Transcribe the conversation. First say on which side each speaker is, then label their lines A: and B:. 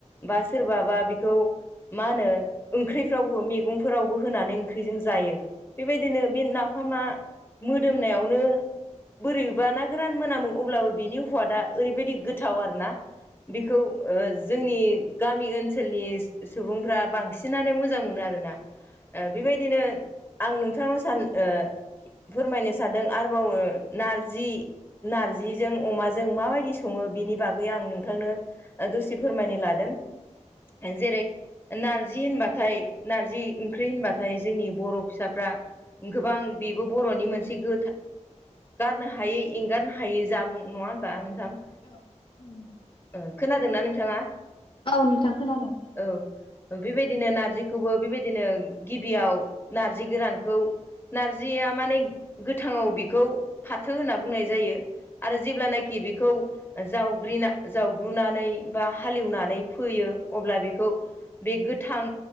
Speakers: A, on the left; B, on the left.
A: बा सोरबाबा बेखौ मा होनो ओंख्रिफ्रावबो मेगंफोरावबो होनानै ओंख्रिजों जायो। बेबायदिनो बे नाफामा मोदोमनायावनो बोरैबा ना गोरान मोनामो अब्लाबो बिनि हुवादा ओरैबायदि गोथाव आरोना। बेखौ ओ जोंनि गामि ओनसोलनि सुबुंफ्रा बांसिनानो मोजां मोनो आरोना बेबायदिनो आं नोंथांनाव सान ओ फोरमायनो सानदों आरोबाव नारजि नारजिजों अमाजों माबायदि सङो बिनि बागै आं नोंथांनो दसि फोरमायनो लादों। जेरै नारजि होनबाथाय नारजि ओंख्रि होनबाथाय जोंनि बर' फिसाफ्रा गोबां बेबो बर'नि मोनसे गोथा गारनो हायै एंगारनो हायै जामुं नङा होनबा नोंथां?
B: औ <unintelligible>
A: ओ खोनादोंना नोंथाङा
B: औ नोंथां खोनादों
A: औ बेबायदिनो नार्जिखौबो बेबायदिनो गिबियाव नार्जि गोरानखौ नारजिया माने गोथाङाव बेखौ फाथो होनना बुंनाय जायो। आरो जेब्लानोखि बेखौ जावब्रिना जावग्रूनानै बा हालेवनानै फोयो अब्ला बे खौ बे गोथां